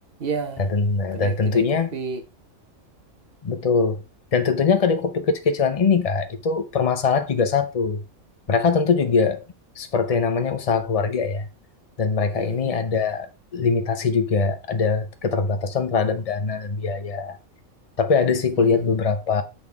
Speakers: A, on the right; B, on the left.
A: ya
B: Dan, ten-
A: kedai-kedai
B: dan tentunya
A: kopi
B: betul. Dan tentunya kedai kopi kecil-kecilan ini Kak, itu permasalahan juga satu. Mereka tentu juga seperti yang namanya usaha keluarga ya. Dan mereka
A: Mm-mm.
B: ini ada limitasi juga, ada keterbatasan terhadap dana dan biaya. Tapi ada sih
A: Mm.
B: kulihat beberapa